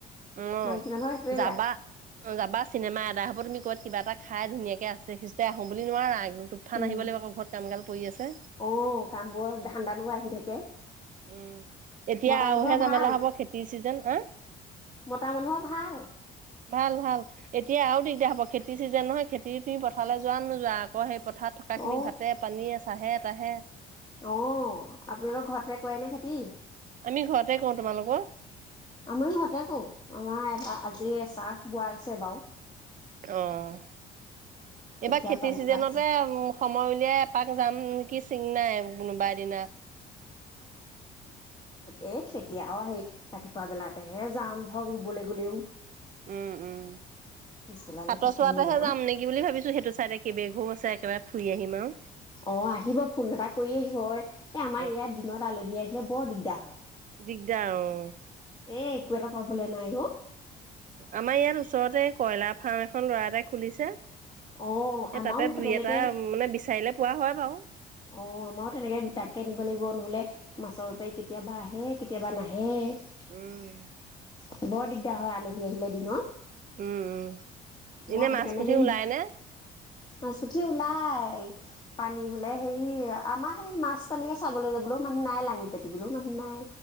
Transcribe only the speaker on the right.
অ
যাবা
অ যাবা চিনেমা এডাই হ'ব তুমি ক'বাত কিবা এটা খাই ধুনীয়াকে আছে খোজ কাঢ়ি আহো বুলি নোৱাৰা। একদম তুফান
আহিব লাগিব আকৌ ঘৰত কাম কাল পৰি আছে।
উম এতিয়া
আৰুহে জামেলা
হ'ব খেতিৰ চিজন অ
ভাল ভাল এতিয়া আৰু দিগদাৰ হ'ব খেতি খেতি চিজে নহয় খেতি পিনি পথাললৈ যোৱা নোযোৱা আকৌ সেই পথাৰ থকা খিনি
ভাতে পানীয়ে আছে। চাহে তাহে।
আমি ঘৰতে কওঁ তোমালোকৰ
আহঁ।
এইবাৰ খেতি
চিজনতে
সময় উলিয়াই এপাক যাম নেকি চিঙ নাই কোনোবা এদিনা।
উম উম
হাতৰ
চোৱাতেহে
যাম নেকি? বুলি ভাবিছো সেইটো চাইডে কেইবেঘো আছে একেবাৰে ফুৰি আহিম আৰু
অ
দিগদাৰ অ।
আমাৰ ইয়াত ওচৰতে কয়লাৰ ফাৰ্ম এখন ল'ৰা এটাই খুলিছে। এ
তাতে দুই
এটা মানে বিচাৰিলে। পোৱা হয় বাৰু
উম।
উম উম এনে
মাছ
পুঠি
ওলাই নে?